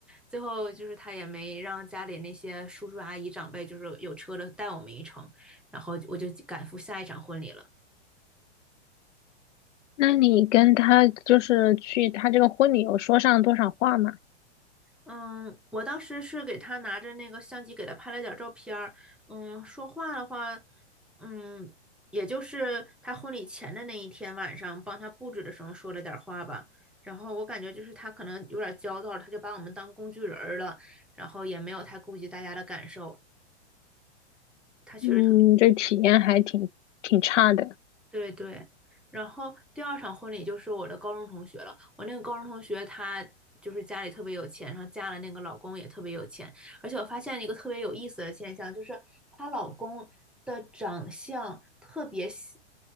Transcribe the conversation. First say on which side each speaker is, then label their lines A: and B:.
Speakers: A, in the centre; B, on the left.
A: 最后就是他也没让家里那些叔叔阿姨长辈就是有车的带我们一程，然后我就赶赴下一场婚礼了。
B: 那你跟他就是去他这个婚礼有说上多少话吗？
A: 嗯，我当时是给他拿着那个相机给他拍了点儿照片儿。嗯，说话的话，嗯，也就是他婚礼前的那一天晚上，帮他布置的时候说了点儿话吧。然后我感觉就是他可能有点儿焦躁，他就把我们当工具人儿了，然后也没有太顾及大家的感受。他确实特
B: 嗯，这体验还挺挺差的。
A: 对对，然后第二场婚礼就是我的高中同学了。我那个高中同学她就是家里特别有钱，然后嫁了那个老公也特别有钱。而且我发现一个特别有意思的现象，就是她老公的长相特别喜